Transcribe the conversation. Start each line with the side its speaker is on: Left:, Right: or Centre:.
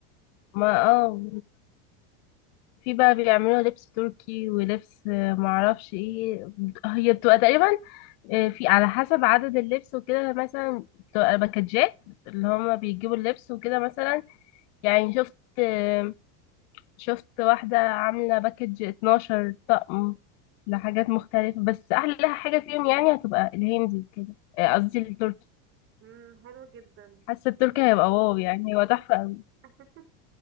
Left: ما اه في بقى بيعملوا لبس تركي ولبس آه، معرفش ايه هي بتبقى تقريبا آه، في على حسب عدد اللبس وكده مثلا بتبقى باكجات اللي هم بيجيبوا اللبس وكده مثلا يعني شفت آه، شفت واحدة عاملة باكج 12 طقم لحاجات مختلفة بس أحلى حاجة فيهم يعني هتبقى الهندي كده آه، قصدي التركي
Right: مم، حلو جدا
Left: حاسه التركي هيبقى واو يعني هو تحفه قوي
Right: <laughs>